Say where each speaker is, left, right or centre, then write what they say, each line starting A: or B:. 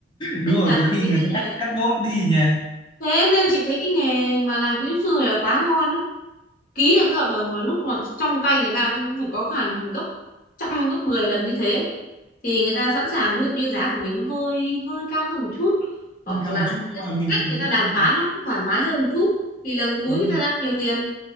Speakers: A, on the left; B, on the left.
A: đúng
B: nên
A: rồi
B: là
A: có
B: chị
A: khi
B: thấy
A: người
B: cái
A: ta
B: nghề
A: cắt cắt bốt đi nhỉ
B: thế nên chị thấy cái nghề mà làm kiến trúc sư này là quá ngon đấy ký được cái hợp đồng là lúc mà trong tay người ta cũng phải có hàng gấp trăm gấp 10 lần như thế thì người ta sẵn sàng ví dụ như giá của mình nó hơi hơi cao hơn một chút hoặc
A: hơi cao
B: là
A: một chút nhưng
B: cái
A: mà mình
B: cách
A: nhưng,
B: người ta đàm phán nó cũng thoải mái hơn một chút vì là túi
A: nhưng
B: người
A: nếu
B: ta đang nhiều tiền